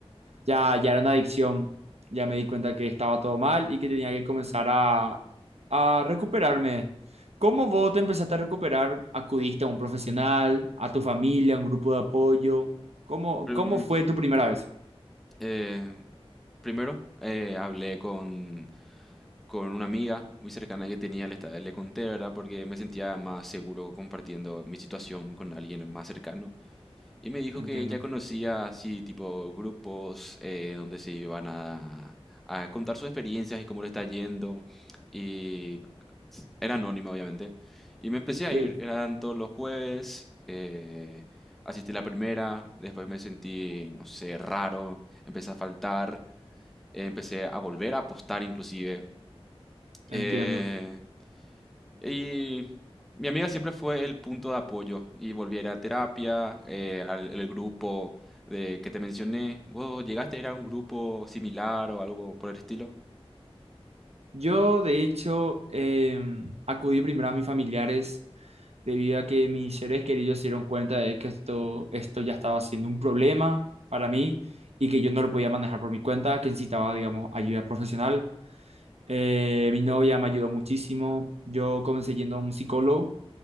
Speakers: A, on the right (about 85°); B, in the centre.
A: Ya, ya era una adicción. Ya me di cuenta que estaba todo mal y que tenía que comenzar a, a recuperarme. ¿Cómo vos te empezaste a recuperar? ¿Acudiste a un profesional, a tu familia, a un grupo de apoyo? ¿Cómo,
B: Prim-
A: cómo fue tu primera vez?
B: eh, primero, eh, hablé con, con una amiga muy cercana que tenía, le, esta- le conté, ¿verdad? Porque me sentía más seguro compartiendo mi situación con alguien más cercano. Y me dijo
A: Entiendo.
B: que ella conocía así tipo grupos eh, donde se iban a, a contar sus experiencias y cómo le está yendo. Y s- era anónima, obviamente. Y me empecé a
A: Sí,
B: ir. Eran todos los jueves. eh, asistí la primera. Después me sentí, no sé, raro. Empecé a faltar. eh, empecé a volver a apostar inclusive.
A: entiendo.
B: Eh, y mi amiga siempre fue el punto de apoyo y volví a ir a terapia, eh, al el grupo de que te mencioné. ¿Vos llegaste a ir a un grupo similar o algo por el estilo?
A: Yo, de hecho, em, acudí primero a mis familiares debido a que mis seres queridos se dieron cuenta de que esto, esto ya estaba siendo un problema para mí y que yo no lo podía manejar por mi cuenta, que necesitaba, digamos, ayuda profesional. Eh, mi novia me ayudó muchísimo. Yo comencé yendo a un psicólogo